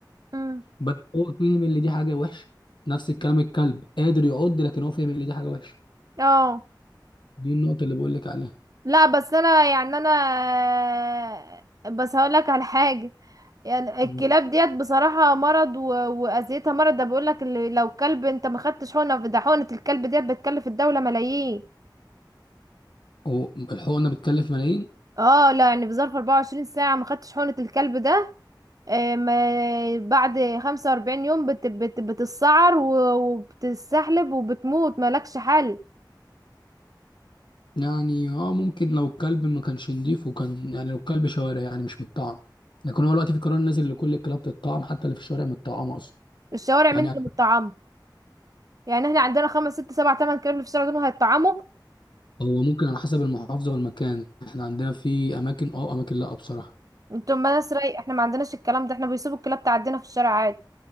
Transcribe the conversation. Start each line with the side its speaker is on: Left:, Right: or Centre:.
Right: مم.
Left: بس هو فهم ان دي حاجه وحشه نفس الكلام الكلب قادر يعض لكن هو فاهم ان دي حاجه وحشه
Right: اه
Left: دي النقطه اللي بقول لك عليها
Right: لا بس انا يعني انا بس هقول لك على حاجه يعني الكلاب
Left: مم.
Right: ديت بصراحه مرض و... واذيتها مرض ده بيقول لك اللي لو كلب انت ما خدتش حقنه ده حقنه الكلب ديت بتكلف الدوله ملايين
Left: هو الحقنه بتكلف ملايين
Right: اه لا يعني في ظرف 24 ساعه ما خدتش حقنه الكلب ده آه، ما بعد 45 يوم بت... بت... بتتسعر و- وبتستحلب وبتموت مالكش حل
Left: يعني اه ممكن لو الكلب ما كانش نضيف وكان يعني لو الكلب شوارع يعني مش متطعم لكن هو دلوقتي في قرار نازل لكل الكلاب تتطعم حتى اللي في الشوارع متطعمه اصلا
Right: الشوارع
Left: يعني
Right: مين اللي متطعمه يعني احنا عندنا خمس ست سبع تمن كلاب اللي في الشارع دول هيتطعموا
Left: هو ممكن على حسب المحافظه والمكان احنا عندنا في اماكن اه اماكن لا بصراحه
Right: انتوا ناس رايق احنا ما عندناش الكلام ده احنا بيسيبوا الكلاب تعدينا في الشارع عادي